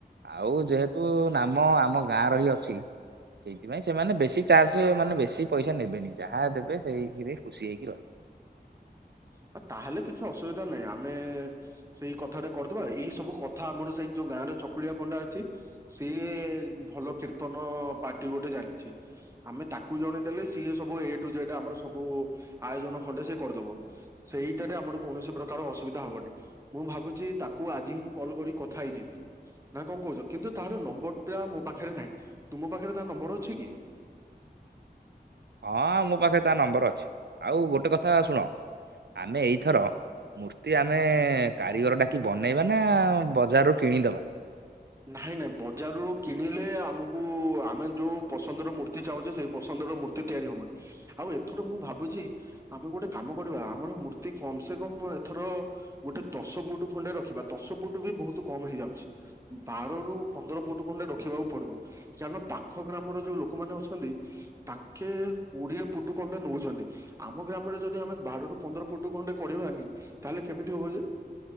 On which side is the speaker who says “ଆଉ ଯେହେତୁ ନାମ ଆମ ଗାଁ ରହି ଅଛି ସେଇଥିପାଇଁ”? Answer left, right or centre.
Right